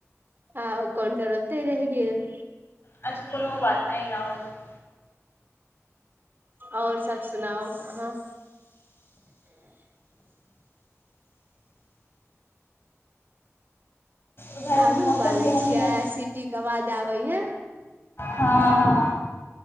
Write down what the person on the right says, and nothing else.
आ ओ काउंटर ओतै रह गेल।
आओर सब सुनाउ हं।
आलू
उबाले
छियै
सीटी के आवाज आबे या